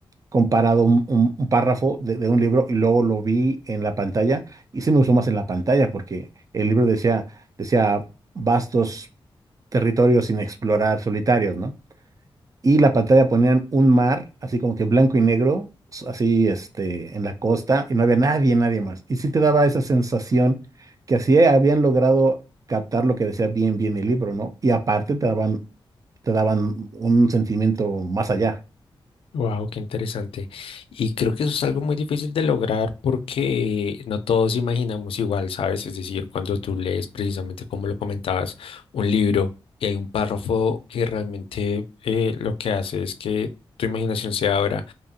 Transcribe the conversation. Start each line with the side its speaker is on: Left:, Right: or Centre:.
Right: comparado un, un- un párrafo de, de un libro y luego lo vi en la pantalla y sí me gustó más en la pantalla porque el libro decía, decía vastos territorios sin explorar, solitarios, ¿no? y la pantalla ponían un mar, así como que blanco y negro, s- así este, en la costa, y no había nadie, nadie más. Y sí te daba esa sensación que así habían logrado captar lo que decía bien, bien el libro, ¿no? Y aparte te daban, te daban un sentimiento más allá.
Left: Wow, qué interesante. Y creo que eso es algo muy difícil de lograr porque no todos imaginamos igual, ¿sabes? Es decir, cuando tú lees precisamente como lo comentabas, un libro y hay un párrafo que realmente eh, lo que hace es que tu imaginación se abra,